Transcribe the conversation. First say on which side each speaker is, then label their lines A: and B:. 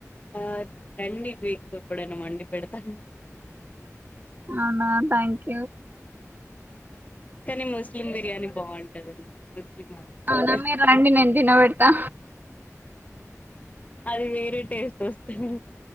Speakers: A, on the left; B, on the right.
A: ఆ రండి పి ఎప్పుడైనా వండి పెడతాను
B: అవునా థ్యాంక్ యూ
A: కని ముస్లిం బిర్యానీ బాగుంటదండి వాళ్ళది
B: అవునా మీరు రండి నేను దిన వెడతా
A: అది వేరే టేస్టు వస్తది